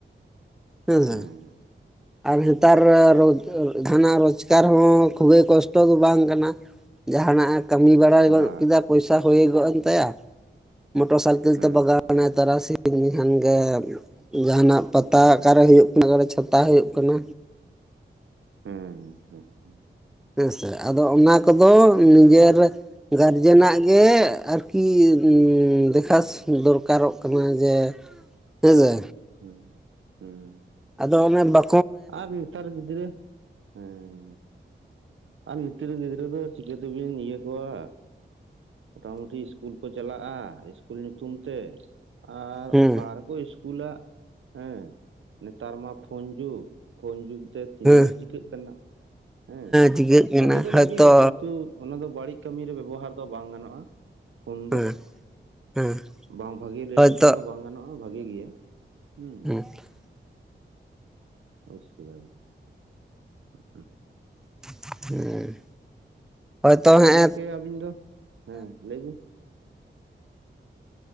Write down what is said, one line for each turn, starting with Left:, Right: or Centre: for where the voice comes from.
Centre: <inaudible>
Right: ᱦᱮᱸ
Centre: ᱟᱨ ᱦᱮᱛᱟᱨ ᱡᱟᱦᱟᱱᱟᱜ ᱨᱳᱡᱽᱜᱟᱨ ᱦᱚᱸ ᱠᱷᱩᱵᱮ ᱠᱚᱥᱴᱚ ᱫᱚ ᱵᱟᱝ ᱠᱟᱱᱟ ᱡᱟᱦᱟᱱᱟᱜ ᱠᱟᱹᱢᱤ ᱵᱟᱲᱟᱭ
Right: ᱵᱟᱝ
Centre: ᱜᱚᱫ ᱠᱮᱫᱟ ᱯᱚᱭᱥᱟ ᱦᱩᱭ ᱜᱚᱫ ᱮᱱ ᱛᱟᱭᱟ᱾ ᱢᱚᱴᱚᱨ ᱥᱟᱭᱠᱮᱞ
Right: ᱦᱮᱸ
Centre: ᱛᱮ ᱵᱟᱜᱟᱣᱱᱟᱭ ᱛᱟᱨᱟᱥᱤ ᱩᱱᱤ ᱠᱷᱟᱱ ᱜᱮ ᱡᱟᱸᱦᱟᱱᱟᱜ ᱯᱟᱛᱟ ᱚᱠᱟᱨᱮ ᱦᱩᱭᱩᱜ ᱠᱟᱱᱟ, ᱚᱠᱟᱨᱮ ᱪᱷᱟᱛᱟ ᱦᱩᱭᱩᱜ ᱠᱟᱱᱟ᱾
Right: ᱦᱮᱸ ᱦᱮᱸ ᱦᱮᱸ᱾
Centre: ᱦᱮᱸ ᱥᱮ ᱟᱫᱚ ᱚᱱᱟ ᱠᱚᱫᱚ ᱱᱤᱡᱮᱨ
Right: ᱦᱮᱸ
Centre: ᱜᱟᱨᱡᱮᱱᱟᱜ ᱜᱮ ᱟᱨᱠᱤ ᱫᱮᱠᱷᱟᱥ ᱫᱚᱨᱠᱟᱨᱚᱜ ᱠᱟᱱᱟ ᱡᱮ ᱦᱮᱸ ᱥᱮ
Right: ᱦᱩᱸ ᱦᱩᱸ᱾
Centre: ᱟᱫᱚ ᱚᱱᱮ ᱵᱟ
Right: ᱟᱨ ᱱᱮᱛᱟᱨ ᱜᱤᱫᱽᱨᱟᱹ, ᱦᱩᱸ᱾ ᱟᱨ ᱱᱤᱛᱟᱹᱨ ᱜᱤᱫᱽᱨᱟᱹ ᱫᱚ ᱪᱤᱠᱟᱹ ᱛᱮᱵᱮᱱ ᱤᱭᱟᱹ ᱠᱚᱣᱟ᱾ ᱢᱚᱴᱟ ᱢᱩᱴᱤ ᱤᱥᱠᱩᱞ ᱠᱚ ᱪᱟᱞᱟᱜᱼᱟ, ᱤᱥᱠᱩᱞ ᱧᱩᱛᱩᱢ ᱛᱮ ᱟᱨ
Centre: ᱦᱮᱸ
Right: ᱚᱠᱟ ᱠᱚ ᱤᱥᱠᱩᱞᱟᱜ ᱦᱮᱸ ᱱᱮᱛᱟᱨ ᱢᱟ ᱯᱷᱳᱱ ᱡᱩᱜᱽ, ᱯᱷᱳᱱ ᱡᱩᱜᱽ ᱛᱮ ᱪᱤᱱᱟᱜ
Centre: ᱦᱮᱸ
Right: ᱪᱤᱠᱟᱹᱜ ᱠᱟᱱᱟ ᱦᱮᱸ
Centre: ᱪᱤᱠᱟᱹᱜ ᱠᱟᱱᱟ
Right: ᱵᱷᱟᱜᱤ ᱫᱚ
Centre: ᱦᱚᱭᱛᱚ
Right: ᱵᱷᱟᱜᱤᱭᱟ ᱠᱤᱱᱛᱩ ᱚᱱᱟ ᱫᱚ ᱵᱟᱹᱲᱤᱡ ᱠᱟᱹᱢᱤᱨᱮ ᱵᱮᱵᱚᱦᱟᱨ ᱫᱚ ᱵᱟᱝ ᱜᱟᱱᱚᱜᱼᱟ᱾ ᱯᱷᱳᱱ ᱫᱚ
Centre: ᱦᱮᱸ ᱦᱮᱸ
Right: ᱵᱟᱝ ᱵᱷᱟᱜᱮ ᱞᱟᱹᱭ
Centre: ᱦᱚᱭᱛᱚ
Right: ᱞᱮᱠᱷᱟᱱ ᱫᱚ ᱵᱟᱝ ᱜᱟᱱᱚᱜᱼᱟ᱾ ᱦᱸ ᱵᱷᱟᱜᱤ ᱜᱮᱭᱟ ᱦᱩᱸ
Centre: <unintelligible>
Right: <unintelligible>
Centre: <unintelligible> ᱦᱚᱭᱛᱚ
Right: ᱛᱟᱦᱚᱞᱮ
Centre: ᱦᱮᱸᱜᱼᱮ
Right: ᱜᱚᱝᱠᱮ ᱤᱧᱫᱚ, ᱦᱮᱸ ᱞᱟᱹᱭ ᱵᱤᱱ?